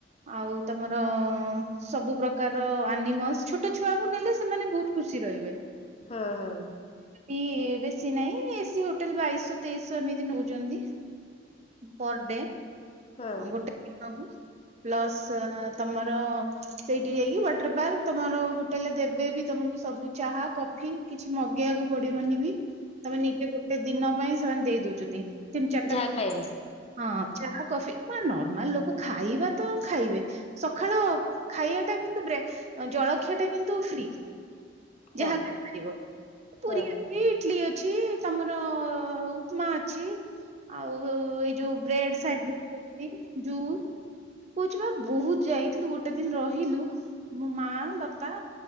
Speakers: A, on the right (about 35°); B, on the left (about 35°).
A: ଆଉ ତମର ସବୁ ପ୍ରକାର ଆନିମଲ୍ସ୍ ଛୋଟ ଛୁଆ କୁ ନେଲେ। ସେମାନେ ବହୁତ ଖୁସି ରହିବେ।
B: ହଁ ହଁ।
A: ଇଏ ବେଶୀ ନାଇଁ ଏସିି ହୋଟେଲ ବାଇଶହ ତେଇଶହ ଏମିତି ନଉଛନ୍ତି। ପର ଡେ
B: ହୁଁ
A: ଗୋଟେ ଦିନକୁ ପ୍ଲସ୍ ଅ ତମର ସେଇଠି ଯାଇକି ୱାଟର ପାର୍କ ତମର ହୋଟେଲରେ ଦେବେ ବି ତମକୁ ସବୁ ଚାହା କଫ ଫି କିଛି ମଗେଇବାକୁ ପଡିବନି ବି ତମେ ନିଜେ ଗୋଟେ ଦିନ ପାଇଁ ସେମାନେ ଦେଇ ଦଉଛନ୍ତି। ତିନି ଚାରିଟା
B: ଯାହା ଖାଇବା
A: ହଁ ଚା କଫି ପୁରା ନର୍ମାଲ ଲୋକ ଖାଇବା ତ ଖାଇବେ। ସକାଳ ଖାଇଆଟା କିନ୍ତୁ ବ୍ରେ ଜଳଖିଆଟା କିନ୍ତୁ ଫ୍ରି।
B: ହଁ
A: ଯାହା ଖାଇପାରିବ। ପୁରୀ
B: ହଁ
A: ଅଛି,
B: ହଁ
A: ଇଡଲି ଅ ଅଛି, ତମର ଉପମା ଅଛି, ଆଉ ଏ ଯୋଉ ବ୍ରେଡ ସ୍ୟାଣ୍ଡ ସ୍ୟାନଡ୍ଉଇଚ ଏଇ ଯୋଉ କହୁଛି ବା ବହୁତ ଯାଇଥିଲୁ ଗୋଟେ ଦିନ ରହିଲୁ ମୋ ମା, ବାପା